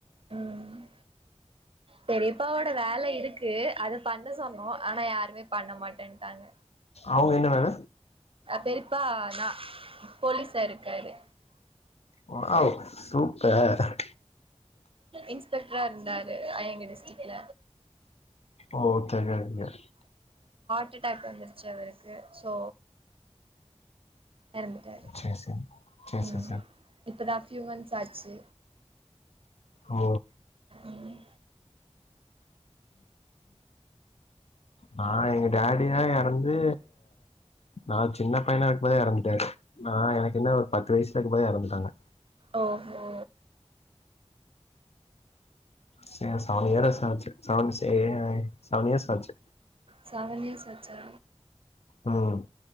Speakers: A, on the right (about 55°); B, on the left (about 65°).
A: ம் பெரியப்பாவோட வேல இருக்கு அத பண்ண சொன்னோ ஆனா யாருமே பண்ண மாட்டேன்டாங்க
B: அவ்ங்க என்ன வேல
A: பெரிப்பா நா போலீஸாயிருக்காரு
B: வாவ் சூப்பர்
A: இன்ஸ்பெக்ட்ரா இருந்தா ரு எங்க டிஸ்டிக்ல
B: ஓ தெரியாதுங்க
A: ஆட்டடாக் வந்துருச்சு அவருக்கு சோ எறந்துட்டாரு
B: சேர் சேர் சேர்
A: ம்
B: சேர் சேர்
A: இப்பதா பியூமன்ஸ் ஆச்சு
B: ஓ
A: ம்
B: நா எங்க டாடிலா எறந்து நா சின்ன பையனா இருக்கு போதே எறந்துட்டாரு நா எனக்கு என்ன ஒரு பத்து வயசுல இருக்குபோதே எறந்துட்டாங்க
A: ஓ கோ
B: செ சவன் இயர்ஸ் ஆச்சி சவன் செ சவன் இயர்ஸ் ஆச்சு
A: செவன் இயர்ஸ் ஆச்சா
B: ம்